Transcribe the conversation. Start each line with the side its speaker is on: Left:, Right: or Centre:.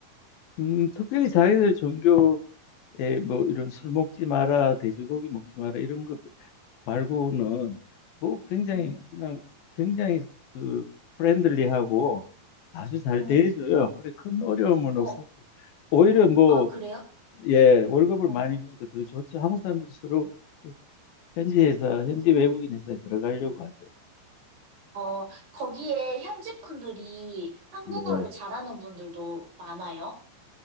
Left: 음, 특별히 자기들 종교에 뭐 이런 술 먹지 마라, 돼지고기 먹지 마라 이런 거 말고는 뭐 굉장히
Right: 음,
Left: 그냥 굉장히 그 프렌들리하고 아주 잘
Right: 음.
Left: 대해줘요. 그래 큰 어려움은
Right: 어,
Left: 없었고 오히려 뭐
Right: 아, 그래요?
Left: 예, 월급을
Right: 어,
Left: 많이 주니까 더 좋죠. 한국 사람들이 서로 좀 현지 회사, 현지 외국인 회사에 들어가려고 하죠.
Right: 어, 거기에 현지 분들이 한국어를
Left: 예.
Right: 잘하는 분들도 많아요?